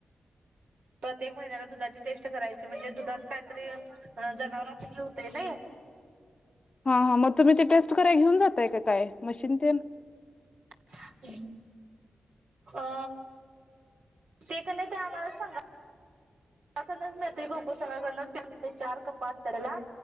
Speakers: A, on the right; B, on the left.
A: प्रत्येक महिन्याला दुधाची टेस्ट करायची म्हणजे दुधात काहीतरी जनावरांच घ होते नाही
B: हा हा मग तुम्ही ते टेस्ट करा घेऊन जातय काय मशीन ते
A: ह् अ ते क ते आम्हाला सांगा डच मैत्री गोकू संघाकडनच प चार कपपा असत त्याला